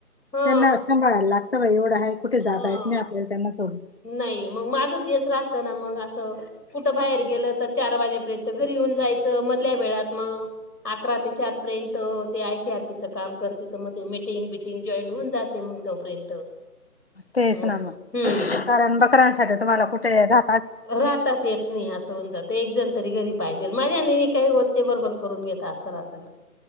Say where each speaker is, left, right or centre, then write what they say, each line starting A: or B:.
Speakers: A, on the left; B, on the left.
A: हा
B: त्यांना असं वाडायला लागत बा, एवढं आहे कुठे
A: हा
B: जाता येत नाही आपल्याला त्यांना सोडून
A: नाही, मग माझं तेच राहतं ना मग असं कुठं बाहेर गेलं तर चार वाजेपर्यंत घरी येऊन जायचं, मधल्या वेळात मग अकरा ते चार पर्यंत ते, आय सी आर पी च काम करत मग ते मीटिंग बिटिंग जॉईंड होऊन जात ते मग तोपर्यंत
B: तेच
A: असं
B: ना म,
A: हम्म
B: कारण बकऱ्यानंसाठी तुम्हाला कुठे घा
A: राहताच येत नाही, असं होऊन जात एक जण तरी घरी पाहिजेलं माझ्याने काही होत ते बरोबर करून घेत अस राहत ना,